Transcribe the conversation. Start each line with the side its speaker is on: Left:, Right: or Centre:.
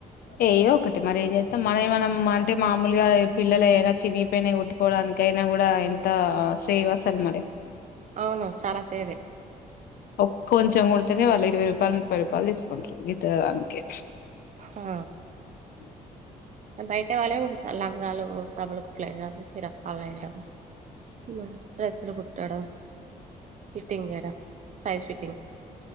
Left: ఏయ్యో ఒకటి మరి ఏం చేతం మనయి మనం అంటే మామూలుగా పిల్లలయి అయినా చినిగిపోయినాయి కుట్టుకోవడానికైనా కూడా ఎం త సేవ్ అసలు మరి
Right: అవును చాలా సేవే
Left: ఒక్ కొంచెం కుడితేనే వాళ్ళు ఇరవై రూపాయలు ముప్పై రూపాయలు తీసుకుంటారు గీత్త దానికి
Right: హా
Left: అ
Right: బయటే వాళ్ళయే కుడుత లంగాలు డబల్ కుట్లు వేయడం చిరల పళ్ళు వేయడం మా డ్రెస్లు కుట్టడం ఫిట్టింగ్ చేయడం సైజ్ ఫిట్టింగ్